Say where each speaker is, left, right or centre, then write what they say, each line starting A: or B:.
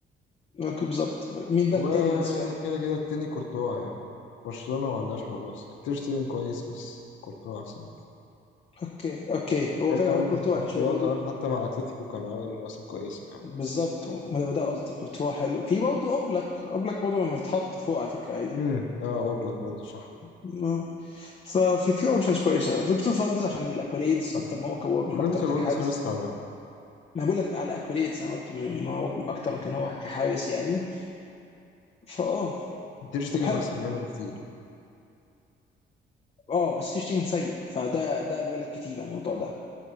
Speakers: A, on the left; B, on the left.
A: ممكن بالظبط مين بقى
B: وكده
A: التاني بالنسبه لك
B: كده التاني كورتوا يعني برشلونة ما عندهاش حراس يعني تير شتيجن كويس بس كورتوا احسن
A: اوكي اوكي هو
B: غير
A: فعلا
B: كان
A: هو كورتوا
B: كورتوا
A: انا شايف برضه
B: كمان حتى مع اتلتيكو كان عامل مواسم كويسة كمان
A: بالظبط ما ده قصدي كورتوا حلو في برضه اوبلاك اوبلاك برضه لما يتحط فوق على فكره عادي
B: امم اه اوبلاك برضه صح
A: م- ففي في اوبشنز كويسه فيكتور فالدز عشان الاكوليدز
B: مم.
A: اكتر ما هو كو-
B: وفيكتور
A: اكتر ما كان
B: فالديز
A: حارس
B: حارس تعبان
A: ما بقول لك على الاكوليدز انا قلت ما ما هو اكتر
B: مم.
A: ما كان هو كحارس يعني فاه
B: تير شتيجن
A: طب حلو
B: احسن منه بكتير
A: اه بس تشتين سيء فده ده بيقول لك كتير عن الموضوع ده